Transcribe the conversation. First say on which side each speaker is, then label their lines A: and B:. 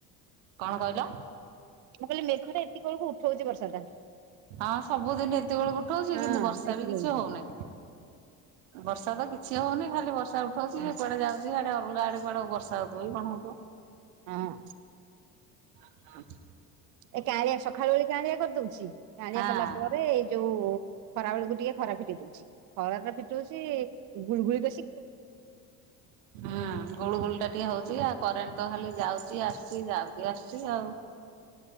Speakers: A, on the right; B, on the right.
A: କଣ କହିଲ?
B: ମୁଁ କହିଲି ମେଘଟା ଏତିକି ବେଳକୁ ଉଠଉଛି ବର୍ଷା ଟା।
A: ହଁ ସବୁଦିନ ଏତେବେଳକୁ ଉଠଉଛି
B: ହଁ
A: କିନ୍ତୁ ବର୍ଷା
B: ଏତିକି
A: ବି କିଛି
B: ବେଳକୁ
A: ହଉନାହିଁ। ବର୍ଷା ତ କିଛି ହଉନି ଖାଲି ବର୍ଷା ଉଠଉଛି
B: ହଁ
A: କୁଆଡେ ଯାଉଛି। ଯୁଆଡ଼େ ହଉ ଆଡେ କୁଆଡ଼େ ବର୍ଷା ହବ କି କଣ ହବ।
B: ହଁ।
A: ଓ ହଁ <inaudible>
B: ଏ କାଆଳିଆ ସଖାଳୁ ଓଳି କାଆଳିଆ କରିଦଉଛି କାଆଳିଆ
A: ହଁ।
B: କଲା ପରେ ଏଇ ଯୋଉ ଖରା ବେଳକୁ ଟିକେ ଖରା ଫିଟେଇ ଦଉଛି ଖରା ଟା ଫିଟଉଛି ଗୁଳି ଗୁଳି ବେଷି
A: ହୁଁ ଗୁଳୁଗୁଳି ଟା ଟିକେ ହଉଛି ଆଉ କରେଣ୍ଟ ତ ଖାଲି ଯାଉଛି ଆସଛି ଯାଉଛି ଆସଛି ଆଉ।